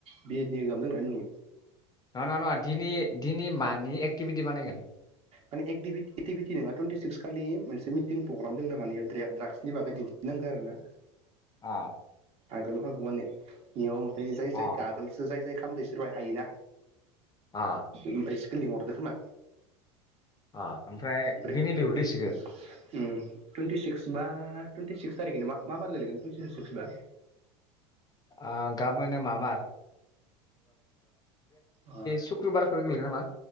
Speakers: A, on the right (about 40°); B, on the left (about 25°).
A: बि एड नि एकजाम दंना आंनि
B: दा न नङा नङा दिनि दिनि मानि एक्टिभिटि बानायगोन?
A: माने एक्बिभ्लिट भिबिटि नङा टुइन्टिसिक्स खालि मोनसे मि थिं प्रग्राम दोङोनो माने मानयाव द्राग्सनि बागै दिन्थिनांगो आरो ना
B: अ
A: आगोल <unintelligible> माने इयाव बे जाय जाय
B: अ
A: आगोलसो जाय जाय खामदो इसोरबाय हायोना
B: अ
A: ओमफाय <unintelligible> लिंहरदो खोमा
B: अ ओमफ्राय
A: प्रे-प्रेक्टिस
B: दिनै लिहरदो इसोरखो
A: उम टुन्टि सिक्स बा टुइन्टि सिक्स थारिखै नोमा मा बार गोलैगोन टुइन्टि सिक्स बा
B: आ गाबोनो मा बार?
A: अ
B: सुक्रुबारफोर गोलैगोन नामा